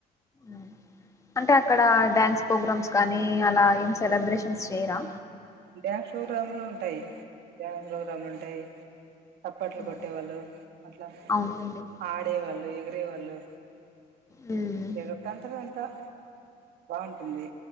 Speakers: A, on the left; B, on the right.
A: ఉమ్. అంటే అక్కడ డ్యాన్స్ ప్రోగ్రామ్స్ కానీ అలా ఏం సెలబ్రేషన్స్ చేయరా
B: డ్యాన్స్ ప్రోగ్రాములు ఉంటాయి డ్యాన్స్ ప్రోగ్రాములు ఉంటాయి తప్పట్లు
A: ఉమ్.
B: కొట్టేవాళ్ళు అట్లా
A: అవునులేండి
B: ఆడేవాళ్ళు ఇగ అే వాళ్ళు
A: మ్మ్
B: ఎగురతంటారు అంత్ త్త బాగుంటుంది